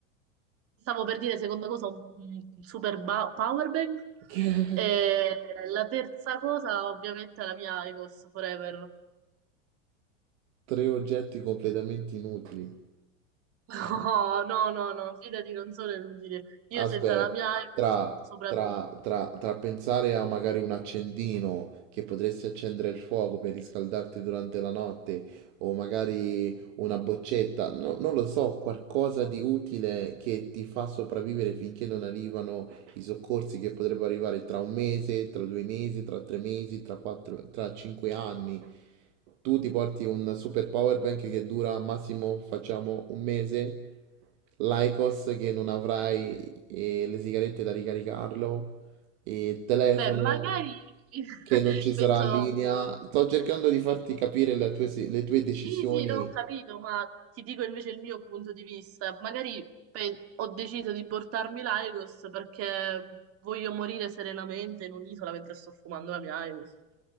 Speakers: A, on the right; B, on the right.
A: Stavo per dire, seconda cosa, un un super ba- power bank.
B: <laughs> Che?
A: E la terza cosa, ovviamente, è la mia IQOS Forever.
B: Tre oggetti completamente inutili.
A: <laughs> No, no, no, no, fidati, non sono inutile. Io
B: Aspetta,
A: senza la mia IQOS
B: tra,
A: non sopravvivo.
B: tra, tra, tra pensare a magari un accendino che potresti accendere il fuoco per riscaldarti durante la notte, o magari una boccetta, no- non lo so, qualcosa di utile che ti fa sopravvivere finché non arrivano i soccorsi che potrebbero arrivare tra un mese, tra due mesi, tra tre mesi, tra quattro, tra cinque anni. Tu ti porti un super power bank che dura massimo, facciamo, un mese, l'IQOS che non avrai eh, le sigarette da ricaricarlo, il telefono
A: Beh, magari <laughs>
B: che non ci sarà
A: penso,
B: linea. Sto cercando di farti capire le tue, si- le tue decisioni
A: sì, sì, non ho capito, ma ti dico invece il mio punto di vista. Magari pe- ho deciso di portarmi l'IQOS perché voglio morire serenamente in un'isola mentre sto fumando la mia IQOS.